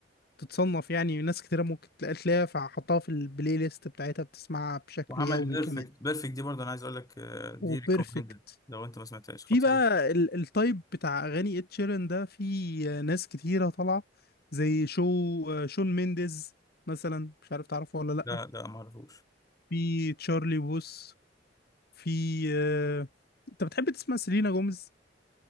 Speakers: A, on the left (about 55°); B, on the left (about 20°).
A: تتصنف يعني ناس كتيرة ممكن تلاقي- تلاقيها فحطها في البلاي ليست بتاعتها بتسمعها بشكل
B: وعمل
A: يومي
B: بيرفكت
A: كمان
B: بيرفكت دي برضه انا عايز اقول لك آه، دي
A: وبيرفكت
B: ريكومندد لو انت ما سمعتهاش
A: في
B: خطير
A: بقى ال- التايب بتاع أغاني إد شيران ده في ناس كتيرة طالعة زي شو شون مينديز مثلا مش عارف تعرفه ولا لأ
B: لا لا ما اعرفوش
A: في تشارلي بوس في آه، انت بتحب تسمع سيلينا جوميز